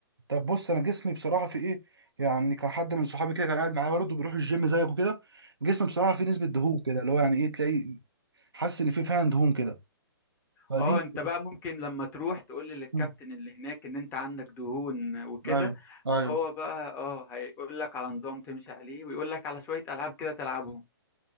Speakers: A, on the right; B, on the left.
A: طب بص انا جسمي بصراحه في ايه يعني كان حد من صحابي كده كان قاعد معايا برضه بيروح الجيم زيك وكده جسمي بصراحه فيه نسبه دهون كده اللي هو يعني ايه تلاقي حاسس ان فيه فعلا دهون كده فدي
B: اه انت بقى ممكن لما تروح تقول للكابتن
A: مم.
B: اللي هناك ان انت عندك دهون وكده
A: ايوه ايوه
B: فهو بقى اه هيقول لك على نظام تمشي عليه ويقول لك على شوية العاب كده تلعبهم